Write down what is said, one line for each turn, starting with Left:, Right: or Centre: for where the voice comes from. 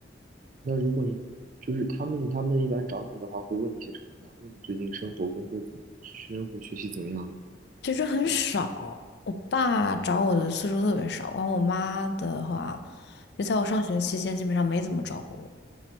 Right: 那如果你就是他们，他们一般找你的话，会问你些什么呢？问你最近生活、工作怎么，生活、学习怎么样
Left: 其实很少。我爸找我的次数特别少，完我妈的话，就在我上学期间基本上没怎么找过我，